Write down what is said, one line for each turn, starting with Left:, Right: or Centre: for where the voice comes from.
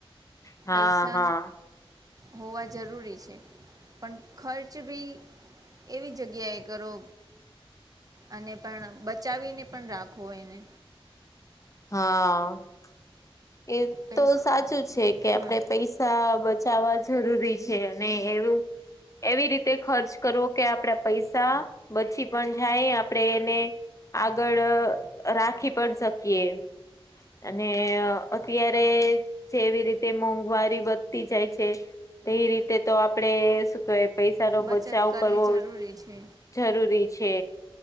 Left: હા
Right: પૈસા
Left: હા.
Right: હોવા જરૂરી છે પણ ખર્ચ ભી. એવી જગ્યાએ કરો અને પણ બચાવીને પણ રાખો એને.
Left: હા, એ
Right: પૈસા
Left: તો સાચું છે કે
Right: હા
Left: આપડે પૈસા બચાવવા જરૂરી છે અને એવું એવી રીતે ખર્ચ કરવો કે આપડા પૈસા બચી પણ જાય આપડે એને આગળ રાખી પણ શક કીએ. અને અત્યારે જેવી રીતે મોંઘવારી વધતી જાય છે. તે એ રીતે તો આપડે શું કેવાય પૈસા નો
Right: બચત
Left: બચાવ
Right: કરવી
Left: કરવો.
Right: જરૂરી છે
Left: જરૂરી છે